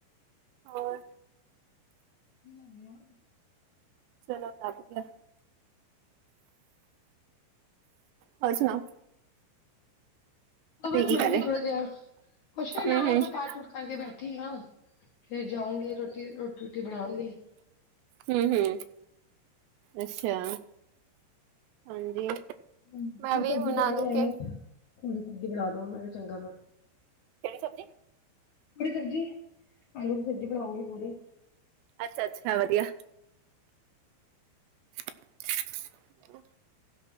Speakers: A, on the right; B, on the left.
A: ਹੋਰ?
B: ਨੀਂ ਲੱਭ ਰਿਹਾ। <inaudible>
A: ਚਲੋ ਲੱਭ ਗਿਆ, ਹੋਰ ਸੁਣਾਓ?
B: ਉਹ
A: ਤੁਸੀਂ
B: ਬਸ
A: ਕੀ
B: ਮੈਂ
A: ਕਰ ਰਹੇ
B: ਵੀ ਥੋੜਾ ਜਿਹਾ, ਕੁਛ ਨੀਂ
A: ਹਮ
B: ਨਹਾ
A: ਹਮ
B: ਹੋ ਕੇ, ਪਾਠ-ਪੁਠ ਕਰਕੇ ਬੈਠੀ ਆਂ। ਫਿਰ ਜਾਉਂਗੀ ਰੋਟੀ, ਰੋਟੀ-ਰੂਟੀ ਬਣਾਉਂਗੀ।
A: ਹੂੰ-ਹੂੰ। ਅੱਛਾ, ਹਾਂਜੀ।
B: ਹੂੰ,
A: ਮੈਂ ਵੀ
B: ਸਬਜ਼ੀ
A: ਹੁਣ ਆਨੂੰ
B: ਕਹਿ ਰਿਹਾ,
A: ਕੇ
B: ਥੋੜ੍ਹੀ ਸਬਜ਼ੀ ਬਣਾ ਲੋ ਮੈ ਵੀ ਚੰਗਾ ਬ
A: ਕਿਹੜੀ ਸਬਜ਼ੀ
B: ਮੇਰੀ ਸਬਜ਼ੀ, ਆਲੂ ਦੀ ਸਬਜ਼ੀ ਬਣਾਉਗੀ ਪੂਰੀ।
A: ਅੱਛਾ-ਅੱਛਾ ਵਧੀਆ। <unintelligible>